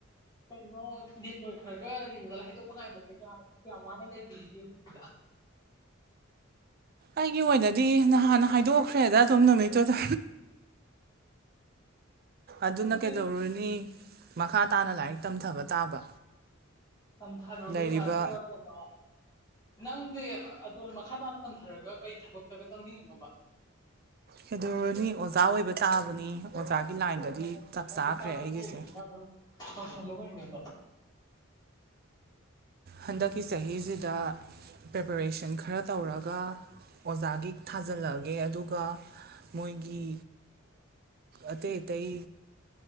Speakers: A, on the left; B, on the right.
A: ꯀꯩꯅꯣ ꯅꯦꯠꯋꯣꯏ ꯈꯔꯒ ꯔꯤꯡꯒ ꯍꯥꯏꯗꯣꯛꯄ ꯉꯥꯏꯕꯁꯦ ꯀ ꯀꯌꯥꯝ ꯋꯥꯅ ꯂꯩꯕꯤꯔꯤꯒꯦ ꯍꯧꯖꯤꯛꯗ
B: ꯑꯩꯒꯤ ꯑꯣꯏꯅꯗꯤ ꯅꯍꯥꯟ ꯍꯥꯏꯗꯣꯛꯈ꯭ꯔꯦꯗ ꯑꯗꯨꯝ ꯅꯨꯃꯤꯠꯇꯨꯗ ꯑꯗꯨꯅ
A: ꯑꯗꯨꯗꯤ
B: ꯀꯩꯗꯧꯔꯨꯅꯤ꯫ ꯃꯈꯥ ꯇꯥꯅ ꯂꯥꯏꯔꯤꯛ ꯇꯝꯊꯕ ꯇꯥꯕ
A: ꯄꯝꯊꯔꯣꯕꯦꯝꯃ
B: ꯂꯩꯔꯤꯕ
A: ꯑꯗꯨꯒꯗ ꯀꯩꯅꯩꯅꯣ ꯅꯪꯗꯤ꯫ ꯑꯗꯣ ꯃꯈꯥ ꯇꯥꯅ ꯄꯟꯊꯔꯒ ꯀꯩ ꯊꯕꯛꯇꯒ ꯆꯪꯅꯤꯡꯉꯤꯅꯣꯕ꯫
B: ꯀꯩꯗꯔꯅꯤ ꯑꯣꯖꯥ ꯑꯣꯏꯕ ꯇꯥꯕꯅꯤ ꯑꯣꯖꯥꯒꯤ ꯂꯥꯏꯟꯗꯗꯤ
A: ꯑꯗꯨ ꯂꯩꯔꯛꯁꯦ
B: ꯆꯞ
A: ꯅꯪꯗꯤ
B: ꯆꯥꯈ꯭ꯔꯦ
A: ꯇꯥꯛꯄꯊꯕꯅꯤꯅ
B: ꯑꯩꯒꯤꯁꯦ
A: ꯑꯗꯨꯝ ꯇꯧꯁꯜꯂꯣ ꯀꯔꯤꯅꯣꯑꯥꯗꯣ꯫
B: ꯍꯟꯗꯛꯀꯤ ꯆꯍꯤꯁꯤꯗ ꯄ꯭ꯔꯦꯄꯔꯦꯁꯟ ꯈꯔ ꯇꯧꯔꯒ ꯑꯣꯖꯥꯒꯤ ꯊꯥꯖꯤꯜꯂꯛꯑꯒꯦ ꯑꯗꯨꯒ ꯃꯣꯏꯒꯤ ꯑꯇꯩ ꯑꯇꯩ